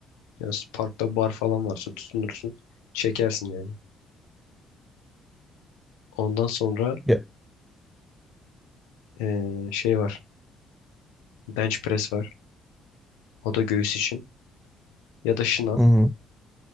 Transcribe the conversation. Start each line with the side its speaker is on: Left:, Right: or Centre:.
Left: Yani parkta bar falan varsa tutunursun. Çekersin yani. Ondan sonra
Centre: Ya,
Left: eee, şey var. Bench press var. O da göğüs için. Ya da şınav.
Centre: hı hı.